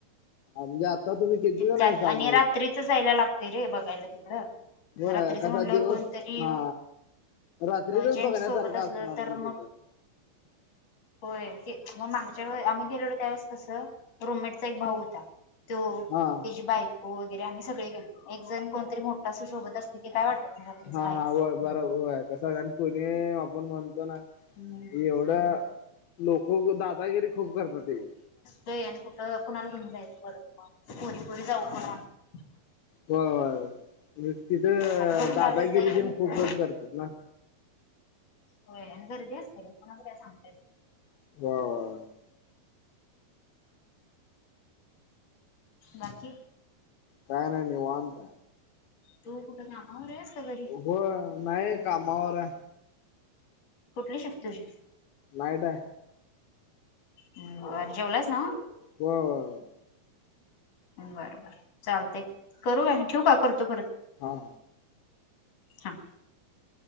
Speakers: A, on the left (about 75°); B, on the left (about 50°).
A: हा म्हणजे आता तुम्ही किती जण
B: त्यात
A: आहेसा
B: आणि
A: मग
B: रात्री
A: इथं
B: जायला लागते रे बघायला तिकडं.
A: होय
B: रात्रीच
A: कसा
B: म्हटल्यावर
A: दिवस
B: कोणतरी
A: हा रात्रीतच
B: जेंट्स
A: बघण्यासारखा
B: सोबत असलं
A: असणार
B: तर
A: कि तिथं.
B: मग
A: <inaudible>
B: होय ते मग मागच्या आम्ही गेलेलो त्यावेळेस कसं रुममेटचा एक भाऊ होता. तो,
A: हा
B: त्याची बायको वगैरे आम्ही सगळे गेलतो. एक जण कोणतरी मोठं असं सोबत असलं की काय वाटत नाही रात्रीच
A: हा
B: बाहेर
A: हा होय बरोबर होय. <unintelligible> आपण म्हणतो ना
B: जायला.
A: एवढं लोक दादागिरी खूप करतात <unintelligible>
B: ते आणि कुठं कुणाला घेऊन जायचं परत. पोरी पोरी <unintelligible>
A: हा.
B: वाटत
A: होय तिथं
B: आता बघू
A: दादागिरी
B: यावेळेस जायचं
A: तेण
B: म्हटलं
A: खूपच करतात ना.
B: होय आणि गर्दी असते रे कोणा का सांगतय.
A: <unintelligible>
B: बाकी!
A: काय नाही निवांत.
B: तू कुठं कामावर आहेस का घरी?
A: हो नाही कामावर आहे.
B: कुठली शिफ्ट तुची?
A: नाईट हाय.
B: हम बरं जेवलास नव.
A: हो.
B: बर बर चालते करूया ठेव का करतो परत.
A: हा.
B: हा